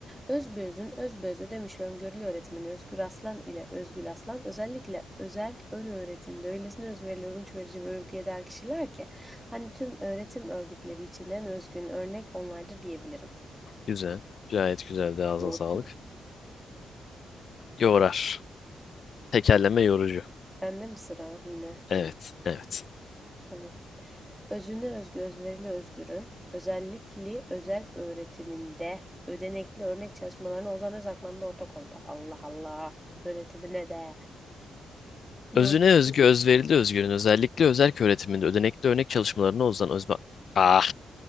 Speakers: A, in the centre; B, on the left.
A: Özbeözün özbeöz ödemişli öngörülü öğretmeni Özgür Aslan ile Özgül Aslan özellikle özerk ön öğretimde öylesine özverili, övünç verici ve övgüye değer kişiler ki hani tüm öğretim örgütleri içinden özgün örnek onlardır diyebilirim.
B: Güzel. Gayet güzel de ağzına
A: Doğru.
B: sağlık. Yorar. Tekerleme yorucu.
A: Bende mi sıra yine?
B: Evet, evet.
A: Tamam. Özüne özgü, özverili özgürün özellikle özel öğretiminde ödenekli örnek çalışmalarına Ozan Özakman da ortak oldu. Allah Allah. Öğretimine de. Yurt.
B: Özüne özgü özverili özgürün özellikle özerk öğretiminde ödenekli örnek çalışmalarına uzanan özme... Ah